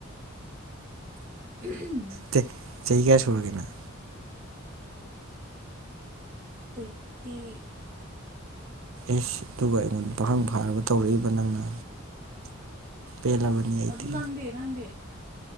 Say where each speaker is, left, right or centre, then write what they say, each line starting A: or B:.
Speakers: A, on the right; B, on the right.
A: <unintelligible>
B: ꯇꯦ ꯆꯍꯤ ꯀꯌꯥ ꯁꯨꯔꯒꯦ ꯅꯪ
A: ꯇ꯭ꯋꯦꯟꯇꯤ
B: ꯢꯁ ꯑꯗꯨꯒ ꯑꯩꯉꯣꯟꯗ ꯄꯥꯈꯪ ꯐꯥꯔꯕ ꯇꯧꯔꯛꯏꯕ ꯅꯪꯅ ꯄꯦꯜꯂꯕꯅꯤ ꯑꯩꯗꯤ
A: ꯑꯗꯨ ꯅꯪꯗꯤ ꯅꯪꯗꯤ